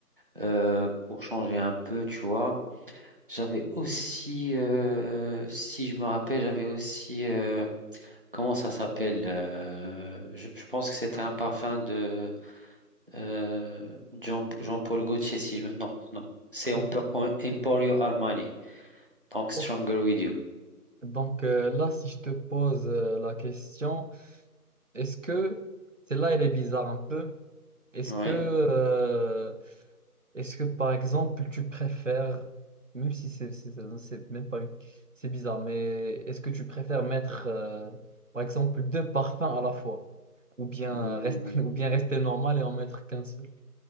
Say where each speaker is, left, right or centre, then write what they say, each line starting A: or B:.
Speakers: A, on the right; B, on the right.
A: Euh, pour changer un peu, tu vois. J'avais aussi, euh, si je me rappelle, j'avais aussi, euh, comment ça s'appelle? euh, je, je pense que c'était un parfum de... Euh, Jean, Jean-Paul Gaultier, si je me... Non, non. C'est
B: <laughs>
A: Empo-
B: Ok.
A: Emporio Armani. Donc, Stronger
B: Ok.
A: With You.
B: Donc euh, là, si je te pose euh, la question, est-ce que, celle-là, elle est bizarre un peu. Est-ce
A: Ouais.
B: que euh, Est-ce que par exemple tu préfères, même si c'est c'est- c'est- c'est même pas une- c'est bizarre, mais est-ce que tu préfères mettre euh, par exemple deux parfums à la fois ou bien
A: Hmm,
B: rester <laughs> ou bien rester normal et en mettre qu'un seul?